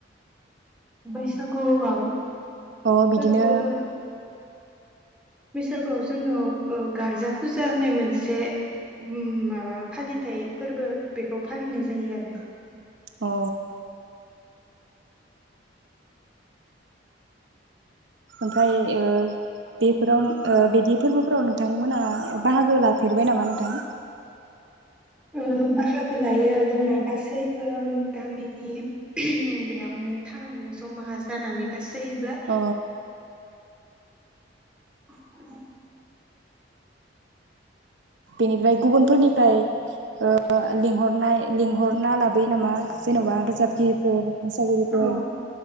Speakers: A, in the centre; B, on the right.
A: बैसागुआव
B: अ
A: फोरबो
B: बिदिनो
A: <unintelligible> बैसगुआव जोंनाव अ गारजा फुजा होननाय मोनसे म-माबा फालिथाय फोरबो बेखौ फालिनाय जायो आरो
B: अ ओमफ्राय ओ बेफोराव ओ बिदि फोरबोफोराव नोंथांमोना बाहागो लाफेरबाय नामा नोंथां?
A: ओ बाहागो लायो जोंना गासैबो गामिनि बेयावनो थान आवनो जमा जानानै गा सैबो
B: अ
A: <unintelligible>
B: बेनिफ्राय गुबुनफोरनिफ्राय ओ लिंहरनाय लिंहरना लाबोयो नामा जेन'बा रोजाबगिरिफोर मोसागिरिफोर
A: औ